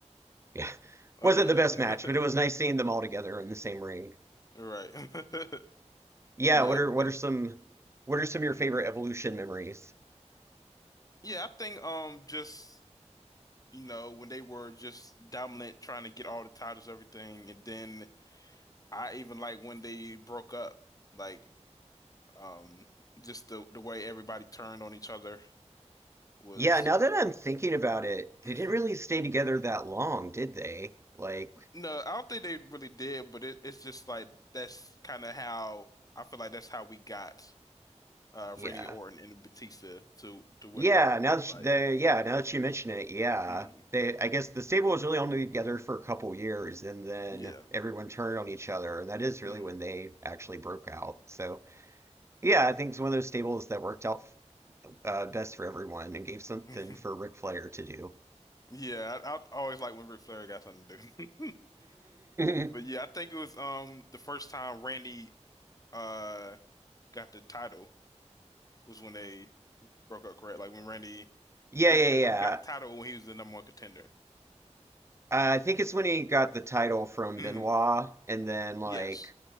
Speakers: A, on the right (about 25°); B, on the left (about 30°).
A: Yeah, <laughs>
B: Oh
A: wasn't
B: yeah.
A: the best
B: <laughs>
A: match, but it was nice seeing them all together in the same ring.
B: Right. <laughs>
A: Yeah,
B: Yeah,
A: what are what
B: then
A: are some what are some of your
B: mhm.
A: favorite Evolution memories?
B: Yeah, I think um just you know when they were just dominant trying to get all the titles everything and then I even like when they broke up like um just the the way everybody turned on each other was
A: Yeah, now that I'm thinking about it, they
B: <laughs>
A: didn't really stay together that long, did they? Like,
B: No, I don't think they really did, but it, it's just like that's kind of how I feel like that's how we got uh
A: yeah.
B: Randy Orton and Batista to to where
A: Yeah,
B: they are today.
A: now that
B: Like,
A: you, the yeah, now that you mention it, yeah.
B: mm,
A: They I guess the stable was really only together for a couple years and then
B: yeah,
A: everyone turned on each other, and that is
B: mm.
A: really when they actually broke out. So, yeah, I think it's one of those stables that worked out uh, best for everyone and gave something
B: <laughs>
A: for Ric Flair to do.
B: Yeah, I, I always like when Ric Flair got something to do. <laughs>
A: <laughs>
B: But yeah, I think it was um the first time Randy uh got the title was when they broke up, correct? Like when Randy
A: Yeah,
B: it's
A: yeah,
B: either when
A: yeah.
B: he got the title or when he was the number one contender.
A: Uh, I think it's when he got the title from
B: Mm,
A: Benoit, and then like
B: yes.